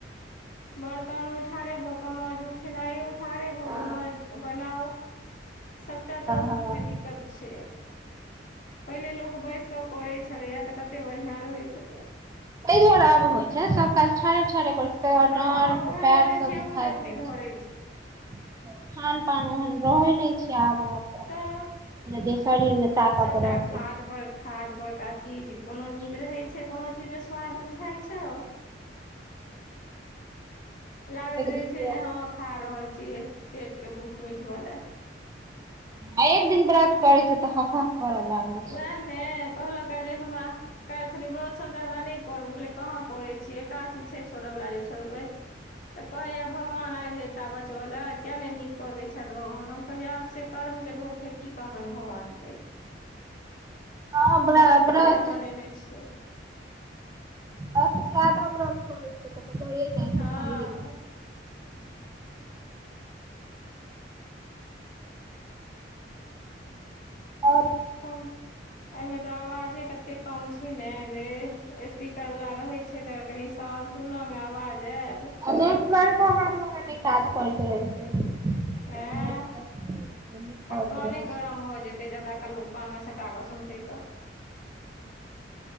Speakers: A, on the left; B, on the right.
A: <inaudible> बर्तनो ठारे भऽ कऽ माजू खेनाइ ठारे भऽ
B: हँ
A: कऽ मांज बनाउ <inaudible> सबटा तऽ ओहि
B: हँ
A: मे दिक्कत छै पहिले लोक बैस कऽ करे छलेय तऽ कते बढ़िया रहे छलै
B: तैइ दुआरे अब होइ छै सब काज ठारे ठारे करै तै दुआरे
A: हँ
B: डारह
A: उएह
B: पैर
A: दुआरे
B: सब
A: ठेहुँ
B: दुखाइत
A: जल्दी
B: रहै
A: धरै
B: छै <inaudible> खान पान ओहन रहै नहि छै आब-आब
A: तऽ
B: जे शरीरमे ताकत
A: सभटा
B: रहतैय
A: खाद पर खाद परका चीज कोनो नीक रहै छै कोनो चीजमे स्वाद बुझाइ छौ लागैत
B: एक
A: रहै
B: दिन
A: छै
B: व्रत
A: जे हाँ खा रहल छियै पेट के भूख मिछवलाए
B: आ एक दिन व्रत करै छै तऽ हक करऽ लागै
A: उएह
B: छै
A: ने कहलक आय जे हमरा काल्हिखनि व्रत सब ज्यादा नहि करु हम कहलियै कहाँ करै छियै एकादशी छै छोड़यवला जे छोड़बै तऽ कहैया भगवान आबि जता बचबैय लाए किया नहि नीक कऽ दै छथि भगवानो कहलियै आब से कर्म के दोख अछि की कहबनि भगवान के
B: हँ व्रत
A: कर्म खराब बनेने छियै
B: त ज्यादा व्रत करै छै तऽ होे जाइ
A: हँ
B: छै शरीरमे आओर
A: <unintelligible> एहिमे तऽ आवाजे कते कम छै ने जे स्पीकर वला रहैत छै तऽ कनि साउंड सुनऽमे आवाज आयल
B: <unintelligible> <unintelligible> नै काज करैत रहै छै
A: हाँय
B: नेटवर्क
A: तऽ
B: करैत
A: कान
B: रहै छै
A: गरम भऽ जेतै एते ज्यादा काल लोक कानमे सटा कऽ सुनतै तऽ